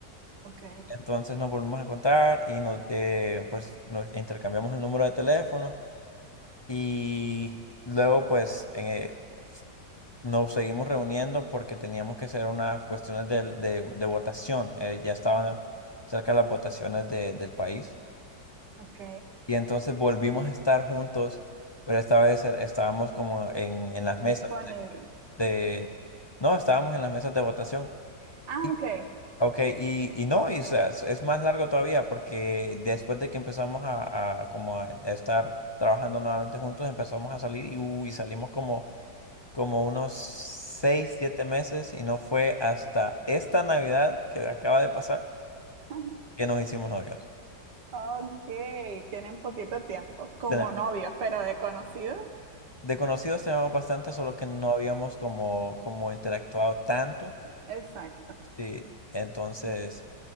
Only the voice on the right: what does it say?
Ok,
Ok,
disponible.
Ah,
ok.
<laughs>
Ok, tienen poquito tiempo como
novios, pero de conocidos.
Exacto.